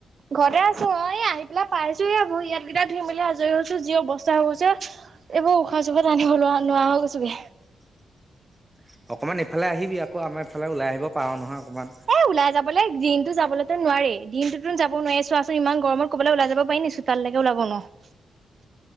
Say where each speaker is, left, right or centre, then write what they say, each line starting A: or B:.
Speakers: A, on the right; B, on the right.
A: ঘৰতে আছো অ এ আহি পোনে পাইছো হে ভৰি হাত কিটা ধুই মেলি আজৰি হৈছো যি বস্তা হৈ গৈছে এইবোৰ উশাহ চুখা তানিবলে‌ অহ নোৱাৰা হৈ গৈছো‌ গে,
B: <unintelligible> অকণমান এইফালে আহিবি আকৌ আমাৰ ইফালে ওলাই আহিব পাৰো নহয় অকণমান
A: এ ওলাই যাবলৈ দিনটো যাবলেতো নোৱাৰি দিনটোত যাব ফোন মাৰি আছো আছো ইমান গৰমত কৰবালৈ ওলাই যাব পাৰি নেকি চোতালৈকে ওলাব নোৱাৰ ।